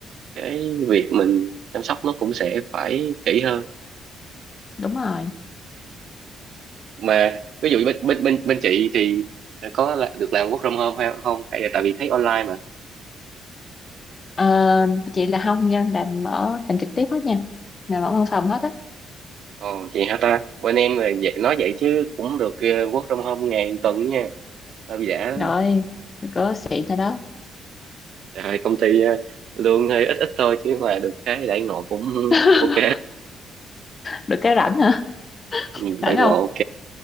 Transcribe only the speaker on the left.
đúng rồi
ờ, chị là không nha làm ở làm trực tiếp hết nha làm ở văn phòng hết á
rồi có xịn thôi đó
<laughs>
được cái rảnh hả
rảnh
không